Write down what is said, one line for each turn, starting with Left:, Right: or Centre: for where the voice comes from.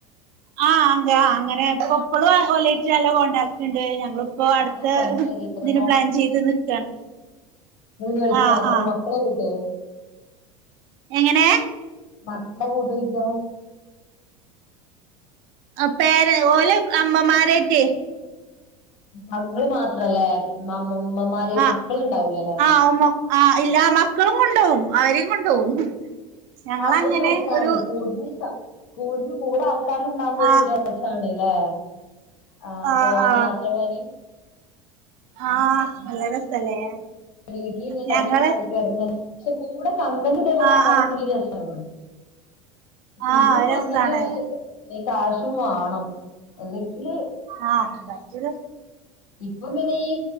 Right: ആഹ് അന്തെ ആഹ് അങ്ങനെ ഇപ്പ ഇപ്പളും ഒലേറ്റ് അല്ല കോൺടാക്ട്ണ്ട് ഞങ്ങളും ഇപ്പൊ
Left: അങ്ങനെ
Right: അട്ത്ത്
Left: പഠിച്ച പേരന്റ്സോ
Right: ഇതിന് പ്ലാൻ ചീത് നിക്കാണ്
Left: ഇങ്ങള് ഗേൾസ്
Right: ആഹ്
Left: മാത്രം
Right: ആഹ്
Left: മക്കളെ കൂട്ടൊ
Right: എങ്ങനേ
Left: മറ്റ്ള കൂട്ട് യിട്ടൊ
Right: ആഹ് പ്പേര് ഓല് അമ്മമാരേറ്റെ
Left: ഇങ്ങള് മാത്രലെ. മാമ്മ ഇമ്മമാര്
Right: ആഹ്
Left: മക്കള്ണ്ടാവൂലലെ
Right: ആഹ് ഉമ്മ ആഹ് ഇല മക്കളും കൊണ്ടോവും അവരിം കൊണ്ടോവും ഞങ്ങളങ്ങനെ
Left: അപ്പരു. രസണ്
Right: ഒരു
Left: കൂടിന് കൂടിന് കൂടെ ആൾക്കാര്ണ്ടാവുമ്പൊര്
Right: ആ
Left: രസണ്ലെ ആഹ്
Right: ആ
Left: പോവാന്
Right: ആ
Left: യാത്ര പോവാന്
Right: ആഹ് നല്ല രസല്ലേ
Left: വീട്ടിലിങ്ങനെ
Right: ഞങ്ങള്
Left: കട്ഞ്ഞൂടി നടക്കാണ്ങ്ങനെ. പഷെ കൂടെ കമ്പനി ഇതേപോലെ
Right: ആ
Left: ആൾക്കാരുംണ്ടെങ്കി
Right: ആ
Left: രസാണ് പിന്നെ
Right: ആ അത്
Left: സ്വന്തക്കേ
Right: രസാണ്
Left: കാശും വാണം എന്നെക്കില്
Right: ആഹ് ഇണ്ടാക്ക്യത്
Left: ഇപ്പം പിന്നെ ഈ